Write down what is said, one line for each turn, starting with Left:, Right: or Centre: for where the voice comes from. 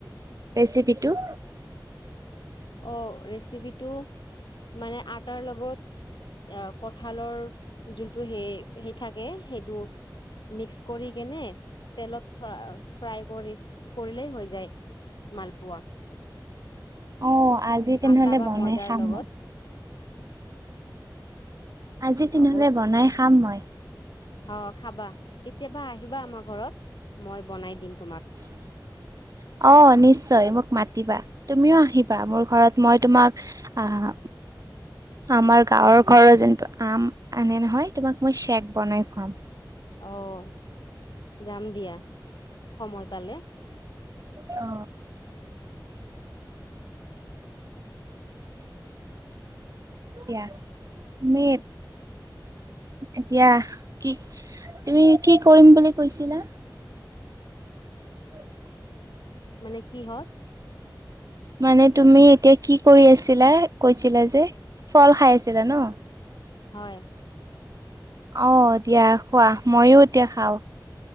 Right: ৰেচিপিটো
Left: অঁ ৰেচিপিটো, মানে আটাৰ লগত আ কঁঠালৰ যোনটো সেই সেই থাকে সেইটো মিক্স কৰি কেনে, তেলত ফ ফ্ৰাই কৰি-কৰিলেই হৈ যায়, মালপোৱা।
Right: অ' আজি তেনেহলে
Left: আটা বা
Right: বনাই
Left: ময়দাৰ
Right: খাম
Left: লগত
Right: মই। আজি তেনেহলে
Left: অ বহুত
Right: বনাই খাম মই।
Left: অ খাবা কেতিয়াবা আহিবা আমাৰ ঘৰত। মই বনাই দিম।
Right: <unintelligible>
Left: তোমাক
Right: অ নিশ্চয় নিশ্চয় মোক মাতিবা। তুমিও আহিবা, মোৰ ঘৰত মই তোমাক আহ, আমাৰ গাঁৱৰ ঘৰৰ যে আম আনে নহয় তোমাক মই চেক বনাই খুৱাম।
Left: আহ যাম দিয়া সময় পালে।
Right: অ এয়া তুমি এতিয়া কি তুমি কি কৰিম বুলি কৈছিলা? হয় <inaudible>
Left: মানে কি হল?
Right: মানে তুমি এতিয়া কি কৰি আছিলা কৈছিলা যে ফল খাই আছিলা ন?
Left: হয়।
Right: আহ দিয়া খোৱা, ময়ো এতিয়া খাও।